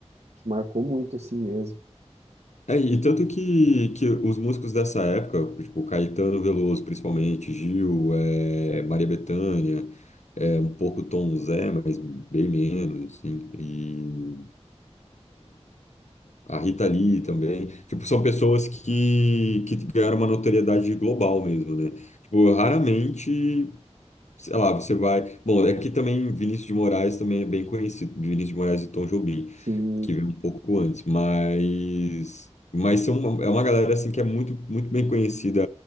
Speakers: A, on the right; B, on the left.
A: que marcou muito, assim mesmo.
B: É, e tanto que, que os músicos dessa época, tipo Caetano Veloso, principalmente, Gil, eh, Maria Bethânia, é um pouco Tom Zé, mas bem menos, assim, e a Rita Lee também, tipo, são pessoas que, que ganharam uma notoriedade global mesmo, né? Tipo, raramente sei lá, você vai. Bom, é que também Vinícius de Moraes também é bem conhecido, Vinícius de Moraes e Tom Jobim,
A: Sim.
B: que veio um pouco antes, mas mas são uma- é uma galera assim que é muito muito bem conhecida